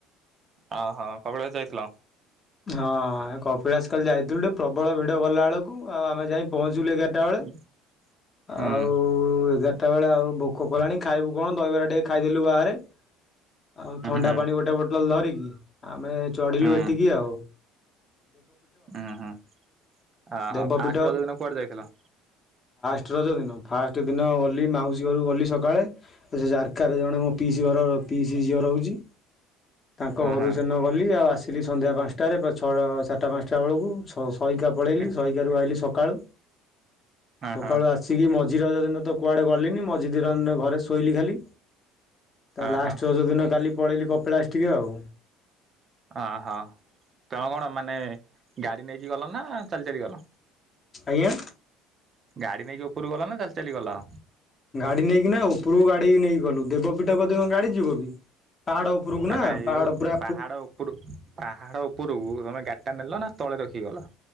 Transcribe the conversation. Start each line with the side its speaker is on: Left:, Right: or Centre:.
Right: ଅହଃ କପିଳାସ ଯାଇଥିଲ?
Left: ହଁ ହେ କପିଳାସ କାଲି ଯାଇଥିଲୁ ଟେ ପ୍ରବଳ ଭିଡ ଗଲା ଏଳୁକୁ। ଆଉ ଆମେ ଯାଇ ପହଞ୍ଚିଲୁ ଏଗା ଟା <inaudible> ବେଳେ
Right: ହୁଁ ହୁଁ
Left: ଆଉ ଏଗାର ତାବେଳେ ଆଉ ଭୋକ କଲାଣି ଖାଇବୁ କଣ ଦହିବରା ଟିକେ ଖାଇଦେଲୁ ବାହାରେ। ଆଉ ଥଣ୍ଡା
Right: ହୁଁ
Left: ପାଣି ଗୋଟେ ବୋଟଲ ଧିରି ଆମେ ଚଢିଲୁ
Right: ହୁଁ।
Left: ଏଠିକି ଆଉ। ହୁଁ।
Right: ଉଁ ହୁଁ <inaudible> ଆହ
Left: ଦେବପୀଠ
Right: ଫାଷ୍ଟ ରଜ ଦିନ କୁଆଡ଼େ ଯାଇଥିଲ?
Left: ଟ୍ ରଜ ଦିନ ଫାଷ୍ଟ ଦିନ ଗଲି ମାଉସୀ ଘରୁକୁ ଗଲି ସକାଳେ। ଏ ସେ ଜାରକାରେ ଜଣେ ମୋ ପିଇସି ଘର ପିଇସି ଝିଅ ରହୁଚି। ତାଙ୍କ
Right: ଉଁ
Left: ଘରୁ
Right: ହୁଁ
Left: ସେନ ଗଲି। ଆଉ ଆସି ଥିଲି ସନ୍ଧ୍ୟା ପାଁଶଟାରେ ପା ଛଅ ଚାରିଟା ପାଞ୍ଚଟା ଅଳୁକୁ ଛଅ ହଇକା ପଳେଇଲି
Right: ଉଁ
Left: ସଇକାରୁ ଆଇଲି ସ ସକାଳୁ <inaudible> ସକାଳୁ
Right: ହୁଁ
Left: ଆସିକି ମ ଝି ରଜ ଦିନ ତ କୁଆଡ଼େ ଗଲିନି ମଝି ଦିରନ ଘରେ ଶୋଇଲି ଖାଲି। ତା
Right: ଅହୋ
Left: ଲାଷ୍ଟ ରଜ ଦିନ କାଲି ପଳେଇଲି କପିଳାସ ଟିକେ ଆଉ।
Right: ଅହ ତମେ କଣ ମାନେ ଗାଡ଼ି ନେଇକି ଗଲ ନାଁ ଚାଲି ଚାଲି ଗଲ?
Left: ଆଜ୍ଞା
Right: ଗାଡ଼ି ନେଇକି ଉପୁରୁ ଗଲ ନାଁ ତାଲି ଚାଲିଗଲ?
Left: ଗାଡ଼ି ନେଇକି ନାଁ ଉପରୁକୁ ଗାଡ଼ି ନେଇକି ଗଲୁ। ଦେବପୀଠ କତିକି କଁ ଗାଡ଼ି ଯିବ କି? ପାହାଡ଼ ଉପରକୁ
Right: ନାଁ
Left: ନା
Right: ନାଁ ଏଇ
Left: ପାହାଡ଼
Right: ଯୋଉ
Left: ପୁରା
Right: ପାହାଡ଼ ଉପରୁ ପାହାଡ଼ ଉପରକୁ ତମେ ଗା ନେଲ ନାଁ ତଳେ ରଖିକି ଗଲ?